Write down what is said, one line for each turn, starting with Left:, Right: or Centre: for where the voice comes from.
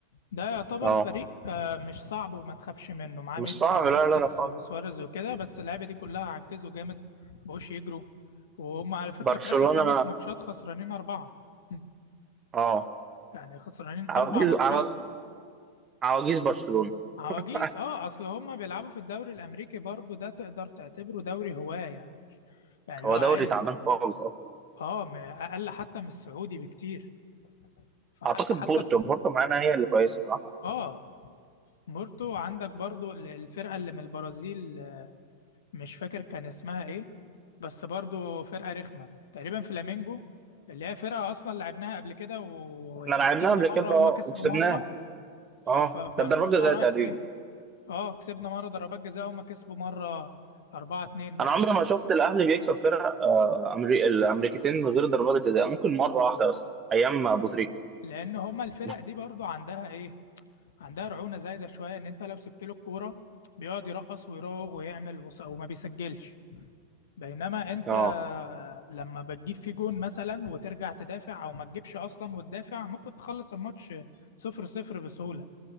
Left: ده يعتبر
Right: اه
Left: فريق آه، مش صعب وما تخافش منه معاه
Right: مش
Left: ميسي
Right: صعب
Left: وبوسكيتس
Right: لا لا لا خالص
Left: وسواريز وكده بس اللعيبه دي كلها عجزوا جامد مبقوش يجروا وهم على فكره
Right: برشلونه
Left: في اخر خمس ماتشات خسرانين اربعه <laughs>
Right: اه
Left: يعني خسرانين
Right: عواجيز
Left: اربع ماتشات
Right: عوا- عواجيز برشلونه
Left: عواجيز
Right: <laughs>
Left: اه اصل هم بيلعبوا في الدوري الامريكي برضو ده تقدر تعتبره دوري هواه يعني يعني اللي
Right: هو
Left: هو عادي
Right: دوري تعبان خالص اصلا
Left: اه م- اقل حتى من السعودي بكتير فحتى
Right: اعتقد
Left: حتى
Right: بورتو
Left: في ال...
Right: بورتو معانا هي اللي كويسه صح
Left: اه مورتو عندك برضو ال- الفرقه اللي من البرازيل مش فاكر كان اسمها ايه بس برضو فرقة رخمة تقريبا فلامينجو اللي هي فرقة اصلا لعبناها قبل كده ويعني
Right: احنا لعبناها
Left: كسبنا
Right: قبل
Left: مرة
Right: كده
Left: وهم كسبوا
Right: وكسبناها
Left: مرة ف...
Right: اه
Left: ف... فالموضوع
Right: كانت ضربات جزاء
Left: رايح
Right: تقريبا
Left: جاي اه كسبنا مرة ضربات جزاء وهم كسبوا مرة أربعة اتنين باين
Right: انا عمري ما شفت الاهلي بيكسب فرق آه، أمري... الامريكتين من غير ضربات الجزاء ممكن مره واحده بس ايام ابو تريكه
Left: لأن هما الفرق
Right: <laughs>
Left: دي برضو عندها ايه عندها رعونة زايدة شوية ان انت لو سبت له الكورة بيقعد يرقص ويراوغ ويعمل وص- وما بيسجلش بينما انت
Right: اه
Left: لما بتجيب في جون مثلا وترجع تدافع او ما تجيبش اصلا وتدافع ممكن تخلص الماتش صفر صفر بسهولة